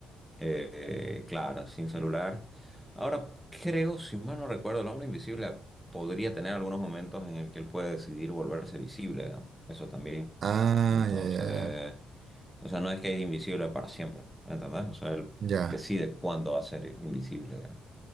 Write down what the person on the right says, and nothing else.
Ah,
ya, ya, ya.
Ya.